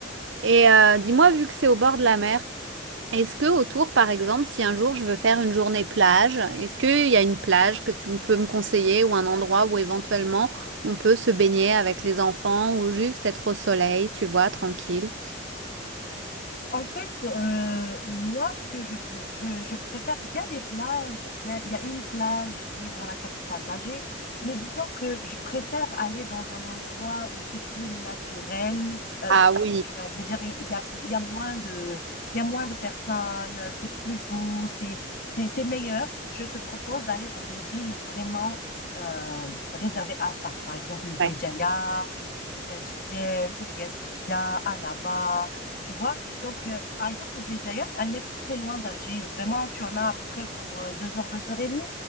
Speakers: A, on the right; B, on the left.
A: Et euh, dis-moi, vu que c'est au bord de la mer, est-ce que autour, par exemple, si un jour je veux faire une journée plage, est-ce qu'il y a une plage que tu peux me conseiller ou un endroit où éventuellement on peut se baigner avec les enfants ou juste être au soleil, tu vois, tranquille?
B: En fait, heu, moi, ce que je je je préfère il y a des plages, il y a il y a une plage qui est dans la capitale d'Alger, mais disons que je préfère aller dans un endroit où c'est plus naturel, heu,
A: Ah
B: plus
A: oui.
B: naturel, je veux dire, il il y a il y a moins de il y a moins de personnes, c'est plus beau, c'est c'est c'est meilleur. Je te propose d'aller dans des villes vraiment, heu, réservées à ça. Par exemple, Béjaïa
A: ouais.
B: ou bien Jidel ou bien Skikda, Annaba, tu vois? Donc, euh, par exemple, Béjaïa, elle n'est pas très loin d'Alger. Vraiment, tu en as à peu près pour euh, deux heures, deux heures et demie,